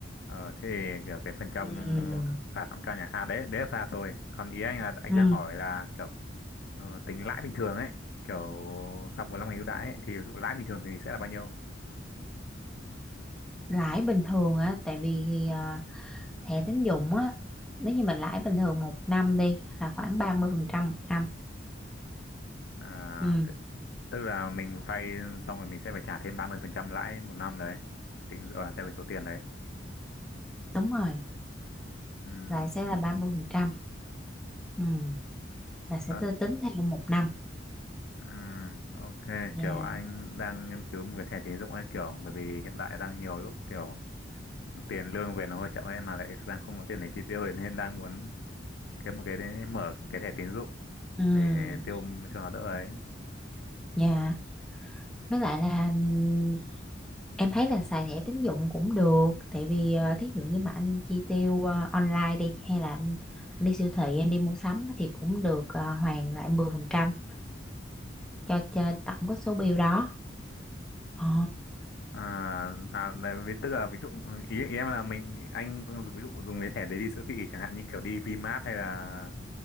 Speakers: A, on the left; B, in the centre.
A: ờ, thế thì kiểu cái phần trăm
B: ừ. Ừ.
A: phạt nó cũng cao nhỉ à đấy đấy là phạt rồi còn ý anh là anh
B: Ừ.
A: đang hỏi là kiểu ờ, tính lãi bình thường ấy kiểu sau 45 ngày ưu đãi ấy, thì ví dụ lãi bình thường thì sẽ là bao nhiêu
B: Lãi bình thường á tại vì ờ, thẻ tín dụng á nếu như mình lãi bình thường một năm đi là khoảng 30% một năm
A: à,
B: ừ
A: tức là mình vay xong rồi mình sẽ phải trả thêm 30% lãi một năm đấy tính dựa vào theo cái số tiền đấy
B: đúng rồi
A: ừ.
B: lãi sẽ là 30% ừ là sẽ
A: ờ,
B: tôi tính theo một năm
A: ừ. ok
B: dạ
A: kiểu anh đang nghiên cứu một cái thẻ tín dụng ấy kiểu bởi vì hiện tại đang nhiều lúc kiểu tiền lương về nó hơi chậm ấy mà lại đang không có tiền để chi tiêu ấy, nên đang muốn kiếm một cái đấy, mở cái thẻ tín dụng
B: ừ
A: để tiêu cho nó đỡ ấy
B: dạ với lại là ừm, em thấy là xài thẻ tín dụng cũng được tại vì ờ, thí dụ như mà anh chi tiêu ờ, online đi hay là anh, anh đi siêu thị anh đi mua sắm á, thì cũng được ờ, hoàn lại 10% cho cho tổng cái số bill đó ờ
A: à, à đấy, ví- tức là ví dụ ý ý em là mình anh ví dụ dùng cái thẻ đấy đi siêu thị chẳng hạn như kiểu đi Vinmart hay là